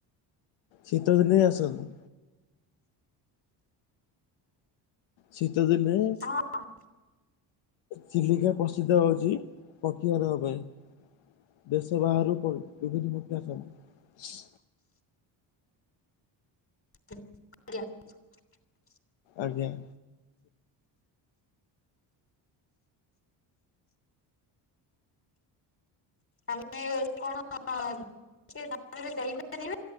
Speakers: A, on the left (about 80°); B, on the left (about 30°).
A: ଶୀତ ଦିନେଇ ଆସନ୍ତି। ଶୀତ ଦିନେ
B: ହଁ ଅଁ।
A: ଚିଲିକା ପ୍ରସିଦ୍ଧ ହଉଚି ପକ୍ଷୀ ମାନଙ୍କ ପାଇଁ। ଦେଶ ବାହାରୁ ପ ବିଭିନ୍ନ ପକ୍ଷୀ ଆସନ୍ତି।
B: <unintelligible>
A: ଆଜ୍ଞା।
B: ଆମେ କଣ <unintelligible> ପାରିବା।